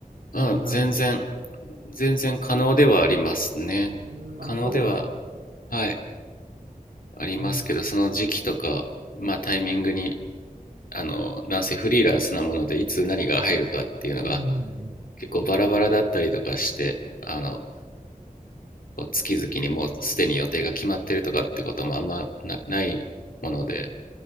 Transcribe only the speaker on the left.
あ、全然、全然可能ではありますね。
可能では、
はい。ありますけど、
その時期とか、まあタイミングに、あの、男性フリーランスなもので、いつ何が入るかっていうのが
結構バラバラだったりとかして、あの、こう月々にもうすでに予定が決まってるとかってこともあんまな、ないもので、